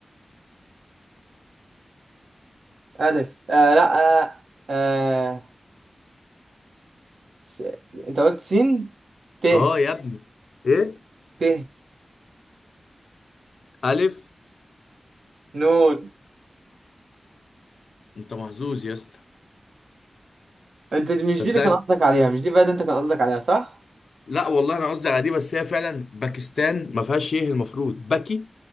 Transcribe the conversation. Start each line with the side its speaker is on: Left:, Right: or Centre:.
Right: الف آه لا آه لا آه س... انت قلت سين ت
Left: اه يا ابني ايه
Right: ت
Left: الف
Right: نون
Left: انت محظوظ يا اسطى
Right: انت دي- مش
Left: صدقني
Right: دي اللي كان قصدك عليها مش دي بقى اللي انت كان قصدك عليها صح
Left: لا والله انا قصدي على دي بس هي فعلا باكستان ما فيهاش ايه المفروض باكي